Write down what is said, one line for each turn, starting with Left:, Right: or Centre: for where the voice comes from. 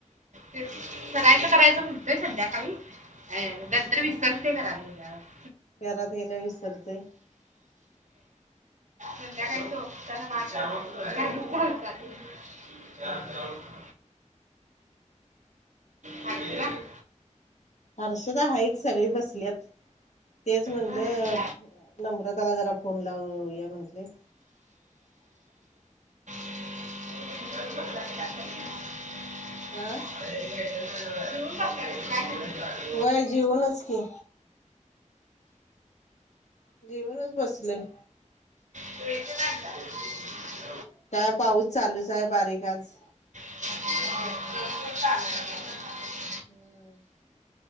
Right: तेच करायचं करायचं म्हणतोय संध्याकाळी अ नंतर विसरते घरात गेल्यावर.
Left: घरात गेल्यावर विसरतंय.
Right: संध्याकाळी झोपतानं म आठवण येत्या <unintelligible>
Left: हा
Right: <inaudible>
Left: हा
Right: हर्षदा आली
Left: हर्षदा हाईत सगळी बसल्यात तेच म्हणलं
Right: नाही.
Left: नम्रताला जरा फोन लावुया म्हटले.
Right: <inaudible>
Left: आं?
Right: <inaudible>
Left: व्हयं जेवुनच की. जेवुनच बसलंय.
Right: <inaudible>
Left: काय पाऊस चालूचं हाय बारीक आज.
Right: <inaudible>
Left: हम्म.